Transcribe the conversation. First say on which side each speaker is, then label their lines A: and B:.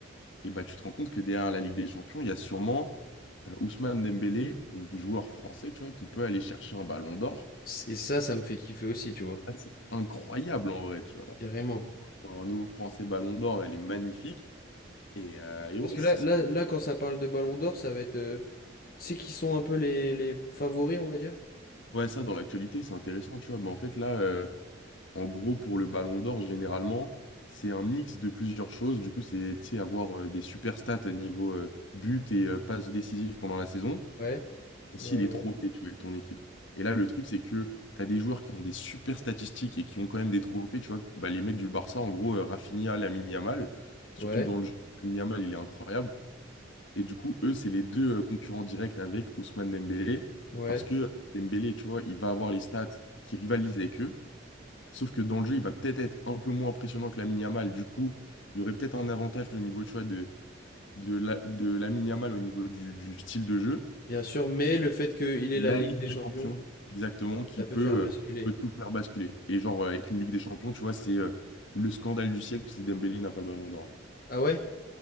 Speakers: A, on the left; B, on the left.
A: et bah, tu te rends compte que derrière la Ligue des Champions, il y a sûrement euh, Ousmane Dembélé, donc joueur français, tu vois, qui peut aller chercher un ballon d'or.
B: Et ça, ça me fait kiffer aussi, tu vois.
A: Ah, C'est incroyable en vrai, tu vois.
B: Carrément.
A: Un nouveau Français Ballon d'Or, elle est magnifique. Et, euh, et ouais,
B: Parce que
A: ce
B: là, là,
A: serait-
B: là, quand ça parle de Ballon d'Or, ça va être. euh, tu sais qui sont un peu les, les favoris, on va dire?
A: ouais, ça, dans l'actualité, c'est intéressant, tu vois. Mais en fait, là, euh, en gros, pour le Ballon d'Or, généralement, c'est un mix de plusieurs choses. Du coup, c'est, tu sais, avoir euh, des super stats niveau euh, but et euh, passe décisive pendant la saison.
B: Ouais,
A: s'il
B: ouais,
A: est
B: ouais.
A: trop fait, tu vois, avec ton équipe. Et là, le truc, c'est que tu as des joueurs qui ont des super statistiques et qui ont quand même des trophées, tu vois. Bah, les mecs du Barça, en gros, euh, Rafinha, Lamine Yamal, surtout
B: Ouais,
A: que dans le jeu, Lamine Yamal, il est incroyable. Et du coup, eux, c'est les deux euh, concurrents directs avec Ousmane Dembélé,
B: ouais.
A: parce que euh, Dembélé, tu vois, il va avoir les stats qui rivalisent avec eux, sauf que dans le jeu, il va peut-être être un peu moins impressionnant que Lamine Yamal. Du coup, il y aurait peut-être un avantage au niveau, tu vois, de, de, la, de Lamine Yamal au niveau du du style de jeu.
B: Bien sûr, mais le fait qu'il ait
A: La
B: la Ligue
A: Ligue
B: des
A: des
B: Champions,
A: Champions, exactement, qui
B: ça peut
A: peut,
B: faire basculer.
A: euh, peut tout faire basculer. Et genre, euh, avec une Ligue des Champions, tu vois, c'est euh, le scandale du siècle si Dembélé n'a pas le ballon d'or.
B: Ah ouais?